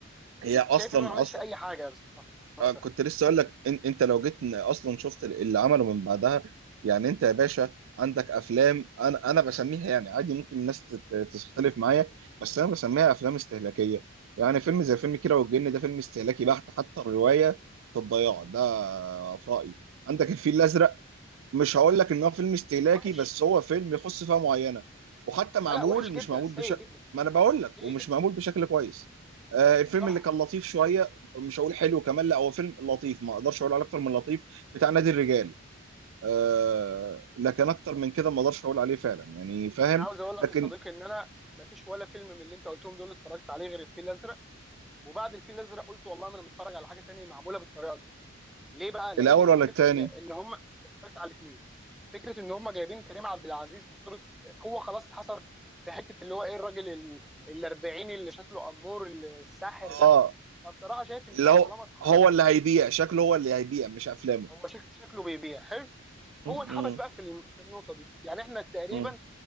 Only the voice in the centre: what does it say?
شايف ان هو ما عملش
اي حاجه بصراحه وقتها
مم.
مم.
وحش
لا لا وحش جدا
سيء
جدا
سيء
جدا
صح
مم.
انا عاوز اقول لك
يا صديقي ان انا ما فيش ولا فيلم من اللي انت قلتهم دول اتفرجت عليه غير الفيل الازرق وبعد الفيل الازرق قلت والله ما انا متفرج على حاجه تانية معموله بالطريقه دي ليه بقى؟ لان
فكره
ان ان هم اتفرجت على الاثنين فكره ان هم جايبين كريم عبد العزيز في صوره هو خلاص اتحصر في حته اللي هو ايه الراجل ال- الاربعيني اللي شكله امور الساحر
ده فبصراحه شايف ان
هو
طالما اتحبس
هو شك شكله بيبيع حلو
هو
اتحبس بقى في الم- في النقطه دي يعني احنا تقريبا